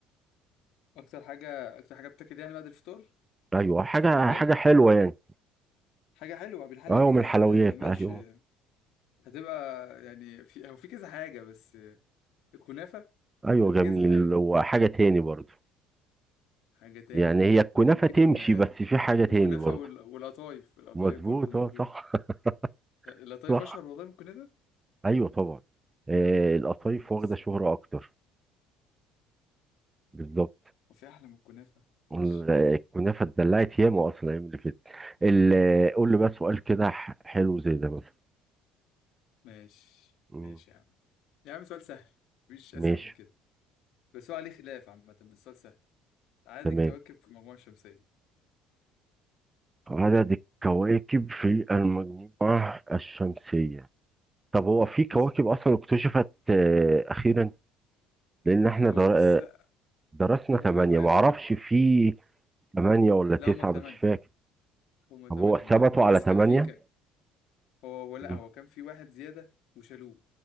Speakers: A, on the left; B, on the right.
A: أكتر حاجة أكتر حاجة بتاكل يعني بعد الفطار
B: ايوه حاجه
A: في رمضان
B: حاجه حلوه يعني
A: حاجة حلوة بنحل
B: ايوه
A: بيها
B: من الحلويات
A: آه ماشي
B: ايوه
A: هتبقى يعني في هو في كذا حاجة بس آه، الكنافة
B: ايوه
A: في
B: جميل
A: كذا حاجة
B: وحاجه تاني برضو
A: حاجة تاني
B: يعني هي الكنافه
A: ممكن
B: تمشي
A: آه،
B: بس في حاجه تاني
A: الكنافة
B: برضو
A: وال- والقطايف القطايف
B: مظبوط
A: برضو موجودة
B: اه صح
A: آه، القطايف
B: <laughs> صح
A: أشهر والله من الكنافة
B: ايوه طبعا آه القطايف
A: مم، بس
B: واخده شهره اكتر بالظبط
A: هو في أحلى من الكنافة ماشي
B: ال- الكنافه اتدلعت ياما اصلا الايام اللي فاتت ال- قول
A: اه
B: لي بقى
A: طبعا
B: سؤال كده ح- حلو زي ده مثلا
A: ماشي
B: مم،
A: ماشي يا عم يا عم سؤال سهل مفيش
B: ماشي
A: أسهل من كده بس هو عليه خلاف عامة بس السؤال سهل عدد
B: تمام
A: الكواكب في المجموعة الشمسية
B: عدد الكواكب في المجموعة الشمسية طب هو في كواكب
A: مظبوط
B: أصلا اكتشفت آه، أخيرا لأن احنا
A: هو
B: در...
A: بص
B: آه،
A: لا،
B: درسنا
A: هو
B: ثمانية
A: هم قالوا
B: معرفش في ثمانية ولا
A: لا
B: تسعة
A: هما تمانية
B: مش فاكر
A: هما
B: طب
A: تمانية
B: هو ثبتوا
A: هما تمانية هو
B: على
A: بس
B: ثمانية
A: كان في كان هو هو لا
B: مم.
A: هو كان في واحد زيادة وشالوه